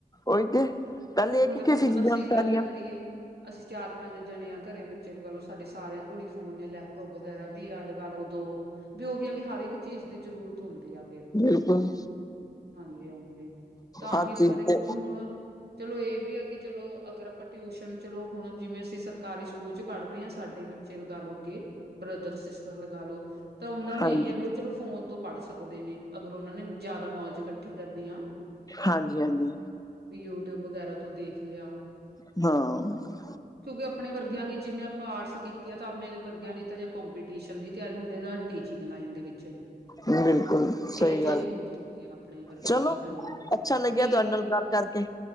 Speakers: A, on the left; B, on the right.
A: ਉਈ ਤੇ। ਪਹਿਲੇ ਇਹ
B: ਹੁਣ
A: ਕਿੱਥੇ
B: ਦੇਖੋ
A: ਸੀ ਚੀਜ਼ਾਂ
B: ਅਸੀਂ ਗੱਲ
A: ਸਾਰੀਆਂ
B: ਕਰੀਏ ਅਸੀਂ ਚਾਰ ਪੰਜ ਜਣੇ ਆ ਘਰੇ ਬੱਚੇ ਲਗਾ ਲਓ ਸਾਡੇ ਸਾਰਿਆਂ ਕੋਲ ਈ ਫੋਨ ਨੇ ਲੈਪਟੋਪ ਵਗੈਰਾ ਵੀ ਆ ਲਗਾ ਲਓ ਦੋ ਵੀ ਉਹੀ ਆ ਵੀ ਹਰ ਇੱਕ ਚੀਜ਼ ਦੀ ਜ਼ਰੂਰਤ ਹੁੰਦੀ ਆ। ਫਿਰ
A: ਬਿਲਕੁਲ
B: ਹਾਂਜੀ-ਹਾਂਜੀ ਤਾਂ
A: ਹਰ
B: ਹੀ
A: ਚੀਜ਼
B: ਪੈਰੇ
A: ਤੇ
B: ਹੁਣ ਚਲੋ ਏ ਵੀ ਆ ਕਿ ਚਲੋ ਅਗਰ ਆਪਾਂ ਟਿਊਸ਼ਨ ਚਲੋ ਹੁਣ ਜਿਵੇਂ ਅਸੀਂ ਸਰਕਾਰੀ ਸਕੂਲ ਚ ਪੜ੍ਹ ਰੇ ਆ ਸਾਡੇ ਬੱਚੇ ਲਗਾ ਲੋ ਅੱਗੇ ਬ੍ਰਦਰ ਸਿਸਟਰ ਲਗਾ ਲੋ ਤਾਂ ਓਨਾਂ ਨੂੰ
A: ਹਾਂਜੀ
B: ਇਹੀ ਆ ਵੀ ਓ ਚਲੋ ਫੋਨ ਤੋਂ ਪੜ ਸਕਦੇ ਨੇ ਅਗਰ ਓਨਾਂ ਨੇ ਜਾਦਾ ਨੌਲੇਜ ਕੱਠੀ ਕਰਨੀ ਆ।
A: ਹਾਂਜੀ-ਹਾਂਜੀ
B: ਵੀ ਯੂਟੀਊਬ ਵਗੈਰਾ ਤੋਂ ਦੇਖ ਲਿਆ।
A: ਹਾਂ।
B: ਤੂੰ ਵੀ ਆਪਣੇ ਵਰਗਿਆਂ ਨੂੰ ਜਿਵੇਂ ਪਾਰਟਸ ਕੀਤੀ ਆ ਤਾਂ ਆਪਣੇ ਵਰਗਿਆਂ ਲਈ ਤਾਂ ਜੇ ਕੰਪੀਟੀਸ਼ਨ ਦੀ ਤਿਆਰੀ ਹੁੰਦੀ ਆ ਟੀਚਿੰਗ ਲਾਈਨ ਦੇ ਵਿੱਚ
A: ਬਿਲਕੁੱਲ ਸਈ
B: ਇਹ ਚੀਜ਼
A: ਗੱਲ
B: ਹੋ ਜਾਂਦੀ ਆ ਆਪਣੇ ਵਰਗਿਆਂ
A: ਚਲੋ
B: ਦੀ ਹਾਂਜੀ
A: ਅੱਛਾ ਲੱਗਿਆ
B: ਠੀਕ
A: ਤੁਹਾਡੇ ਨਾਲ
B: ਹੈ
A: ਗੱਲ ਕਰਕੇ